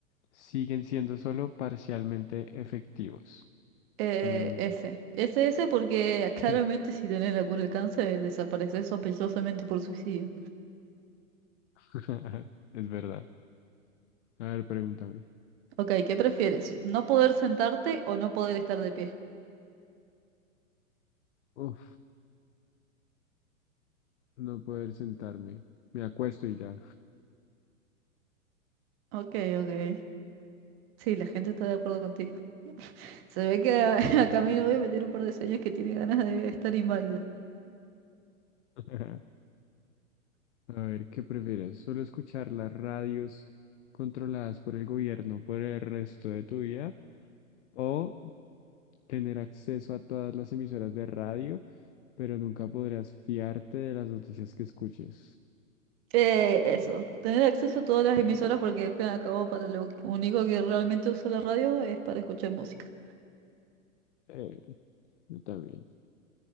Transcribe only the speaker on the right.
Eh,
ese. Ese, ese porque claramente
si tenés la cura del cáncer desapareces sospechosamente por suicidio.
Ok, ¿qué prefieres? ¿No poder sentarte o no poder estar de pie?
Ok, ok. Sí, la gente está de acuerdo contigo. Se ve que a, <laughs> a Camilo hoy me tiene un par de sueños que tiene ganas de estar inválido.
Eh, eso, tener acceso a todas las emisoras porque al fin y al cabo para lo único que realmente uso la radio es para escuchar música.